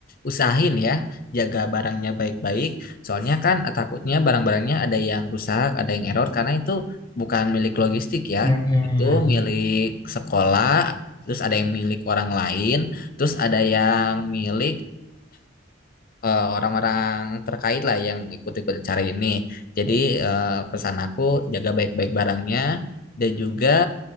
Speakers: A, on the left; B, on the left.
A: usahain ya jaga barangnya baik-baik. Soalnya kan eh, takutnya barang-barangnya ada yang rusak, ada yang error karena itu bukan milik logistik ya.
B: Ya, ya,
A: Itu
B: ya.
A: milik sekolah, terus ada yang milik orang lain, terus ada yang milik eh, orang-orang terkait lah yang ikut-ikut acara ini. Jadi eh, pesan aku jaga baik-baik barangnya dan juga